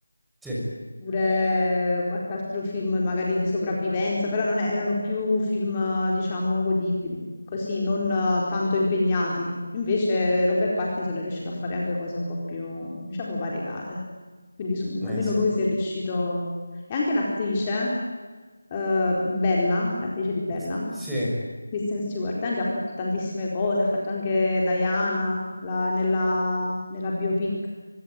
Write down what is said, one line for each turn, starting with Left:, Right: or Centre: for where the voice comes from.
Centre: Sì,
Left: oppure qualche altro film magari di sopravvivenza, però non è- erano più film, eh, diciamo, godibili, così, non eh, tanto impegnati. Invece Robert Pattinson è riuscito a fare anche cose un po' più, diciamo, variegate. Quindi su-
Centre: eh
Left: almeno
Centre: sì.
Left: lui si è riuscito... E anche l'attrice, eh, Bella, l'attrice di Bella,
Centre: S- Sì,
Left: Kristen Stewart, anche ha fatto tantissime cose, ha fatto anche Diana la- nella, nella biopic.